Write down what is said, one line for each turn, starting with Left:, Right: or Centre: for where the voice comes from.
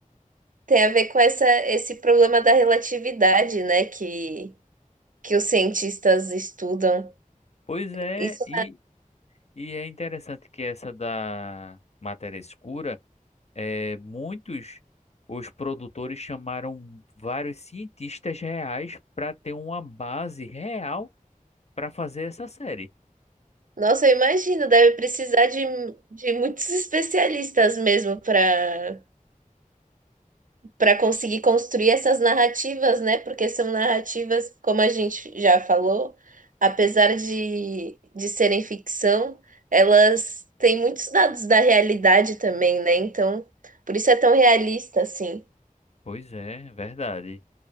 Right: tem a ver com essa, esse problema da relatividade, né, que, que os cientistas estudam.
Left: Pois é,
Right: Isso,
Left: e, e é interessante que essa da matéria escura. É, muitos os produtores chamaram vários cientistas reais para ter uma base real para fazer essa série.
Right: nossa, eu imagino, deve precisar de, de muitos <laughs> especialistas mesmo para para conseguir construir essas narrativas, né? Porque são narrativas, como a gente já falou, apesar de, de serem ficção, elas têm muitos dados da realidade também, né? Então, por isso é tão realista, assim.
Left: Pois é, verdade.